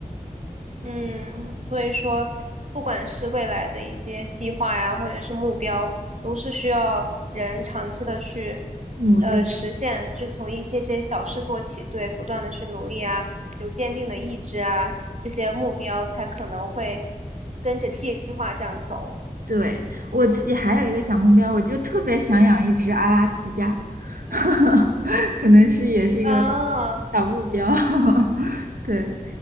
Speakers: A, on the right (about 50°); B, on the right (about 75°).
A: 嗯，所以说，不管是未来的一些计划呀，或者是目标，都是需要人长期的去，
B: 努力。
A: 呃，实现，就从一些些小事做起，对，不断的去努力啊，有坚定的意志啊，这些目标才可能会跟着计划这样走
B: 对，我自己还有一个小目标，我就特别想养一只阿拉斯加，<laughs> 可能是也是一个
A: 啊，
B: 小目标。<laughs> 对，